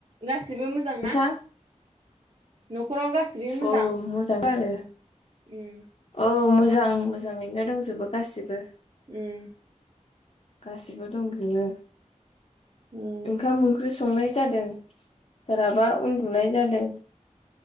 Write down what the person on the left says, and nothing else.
नोंथां
औ मोजां आरो
औ मोजां मोजांङैनो दंजोबो गाससिबो
गासिबो दंजोबो
ओंखाम ओंख्रि संनाय जादों सोरहाबा उन्दुनाय जादों